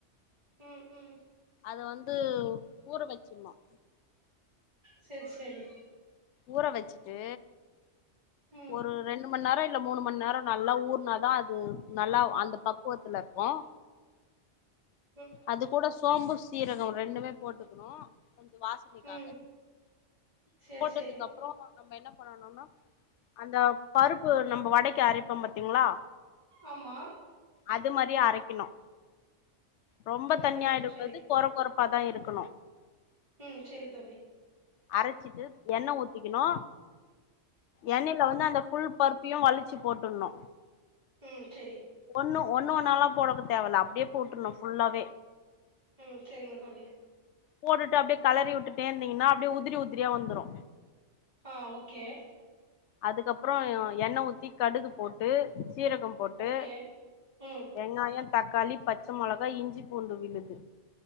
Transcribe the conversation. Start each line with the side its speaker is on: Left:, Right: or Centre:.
Right: ம் ம்
Left: அத வந்து ஊற வச்சிருனும்
Right: சேரி சேரி
Left: ஊற வச்சுட்டு
Right: ம்
Left: ஒரு ரெண்டு மண் நே ரோ இல்ல மூணு மண் நேரோ நல்லா ஊர்னாதா அது நல்லா அந்த பக்குவத்துல இருக்கும்
Right: ஆ <inaudible>
Left: அது கூட சோம்பு சீரகம் ரெண்டுமே போட்டுக்கணு கொஞ்சோ வாசனைக்காக
Right: ம் சேரி
Left: போட்டதுக்கு
Right: சேரி
Left: அப்றோ நம்ம என்ன பண்ணணும்னா அந்த பருப்பு நம்ம வடைக்கு அரப்போ பாத்தீங்ளா
Right: ஆமா
Left: அது மாரியே அரைக்குணு ரொம்ப
Right: ம்
Left: தண்ணியாயிட
Right: ம் சேரி
Left: கூடாது தொர கொரப்பாதா இருக்குணு
Right: ம் சேரி தோழி
Left: அரச்சிட்டு எண்ணெ ஊத்திக்குணு எண்ணெயில வந்து அந்த ஃபுல் பருப் பியு வழிச்சு போட்டுன்ணு
Right: ம் சேரி
Left: ஒன்னு ஒன்னு ஒன்னாலா போடக்க தேவல்ல அப்டியே போட்டுருணு ஃபுல்லாவே
Right: ம் சேரிங்க தோழி
Left: போட்டுட்டு அப்டியே களறி வுட்டுட்டே இருந்தீங்கன்னா அப்டியே உதிரி உதிரியா வந்துரு
Right: ஆ ஓகே
Left: அதுக்கப்றோ எண்ணெ ஊத்தி கடுகு போட்டு சீரகோ போட்டு
Right: ஓகே ம்
Left: வெங்காயோ தக்காளி பச்ச மொளகா இஞ்சி பூண்டு விழுது